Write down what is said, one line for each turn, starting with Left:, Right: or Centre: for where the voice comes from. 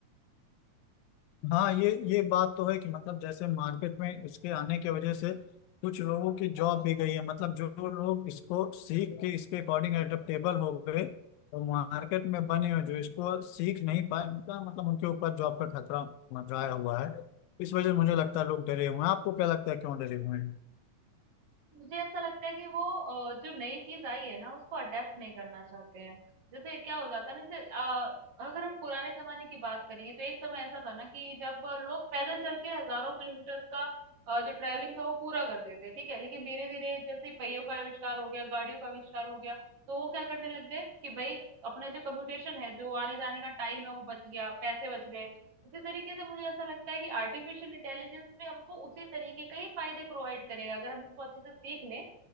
Left: हाँ ये ये बात तो है कि मतलब जैसे मार्केट में इसके आने की वजह से कुछ लोगों की जॉब भी गई है मतलब जो लोग इसको सीख के इसके अकॉर्डिंग एडेप्टेबल हो गए तो मार्केट में बने हुए जो इसको सीख नहीं पाए उनका मतलब उनके ऊपर जॉब का खतरा मंडराया हुआ है इस वजह से मुझे लगता है लोग डरे हुए हैं आपको क्या लगता है क्यों डरे हुए हैं
Right: मुझे ऐसा लगता है कि वो अ, जो नई चीज आई है ना उसको अडेप्ट नहीं करना चाहते हैं जैसे क्या हो जाता है ना जैसे अ, अगर हम पुराने जमाने की बात करेंगे तो एक समय ऐसा था ना कि जब लोग पैदल चल के हजारों किलोमीटर का अ, जो ट्रैवलिंग था वो पूरा करते थे ठीक है लेकिन धीरे धीरे जैसे पहियों का आविष्कार हो गया गाड़ियों का आविष्कार हो गया तो वो क्या करने लग गए कि भाई अपना जो कम्यूटेशन है जो आने जाने का टाइम है वो बच गया पैसे बच गए इसी तरीके से मुझे ऐसा लगता है कि आर्टिफिशियल इंटेलिजेंस भी हमको उसी तरीके के ही फायदे प्रोवाइड करेगा अगर हम उसको अच्छे से सीख लें